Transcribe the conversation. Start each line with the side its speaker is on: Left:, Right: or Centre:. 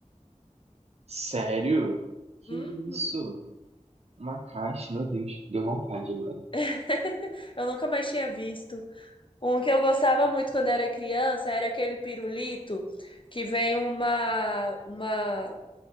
Right: Sério? Que
Left: Uhum.
Right: isso? Uma caixa, meu Deus, deu vontade agora.
Left: <laughs> Eu nunca mais tinha visto. Um que eu gostava muito quando era criança era aquele pirulito que vem uma, uma,